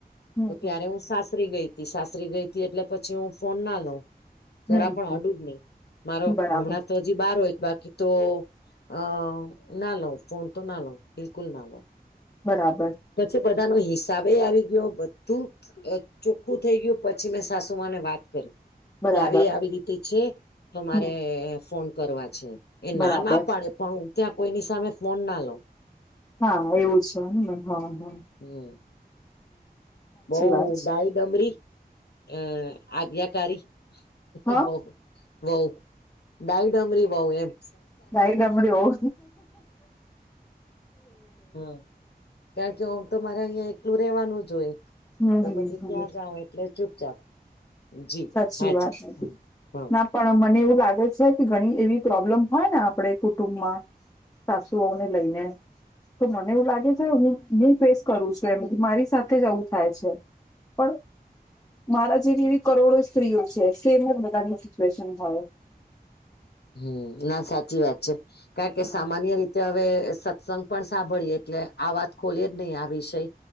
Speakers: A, on the left (about 20°); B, on the left (about 85°).
A: હમ
B: તો ત્યારે હું સાસરી ગઈ. ઈ સાસરી ગઈ તી એટલે પછી હું ફોન ના લઉ.
A: હમ
B: જરા પણ
A: હમ
B: અડું જ નહી મારો
A: બરાબર
B: હમણાં તો જ ઈ બાર હોય બાકી તો અ ના લઉ ફોન તો ના લઉ બિલકુલ ના લઉ.
A: બરાબર.
B: પછી બધાનો હિસાબે આવી ગયો, બધું. ચોખ્ખું થઈ ગયું પછી મેં સાસુમાને વાત કરી.
A: બરાબર
B: ક્યારે આવી રીતે છે તો મારે
A: હમ
B: ફોન કરવા છે. એ ના
A: બરાબર
B: ના પાડે પણ હું ત્યાં કોઈની સામે ફોન ના લઉં.
A: હા એવું છ નઈ <unintelligible>
B: હમ બઉ
A: વાત છે
B: ડાઈ ડમરી. અ આજ્ઞાકારી
A: હા
B: બહુ. વહુ ડાઈ ડમરી વહુ એમ.
A: ડાઈ ડમરી વહુ.
B: હમ કારણ કે હું તો મારે અહિયાં એકલું રહેેવાનું જ હોય.
A: હમ
B: તો પછી
A: હમ
B: ત્યાં જાઊ એટલે ચુપચાપ. જી
A: સાચી
B: હાજી
A: વાત લાગી.
B: હા
A: ના પણ મને એવું લાગે છે કે, ઘણી એવી પ્રોબ્લેમ હોય ને આપણે કુટુંબમાં. સાસુ વહુ ને લઈને. તો મને એવું લાગે છે, હ હું ફેસ કરું છુ એમ કે મારી સાથે જવું થાય છે. પણ, મારા જેવી એવી. કરોડો સ્ત્રીઓ છે. સેમ જ બધાની સિચ્યુએશન હોય.
B: હમ ના સાચી વાત છે કારણ કે
A: હા
B: સામાન્ય રીતે હવે સત સંગ પણ સાંભળીએ એટલે આ વાત ખોલી એ જ નહી આ વિષયને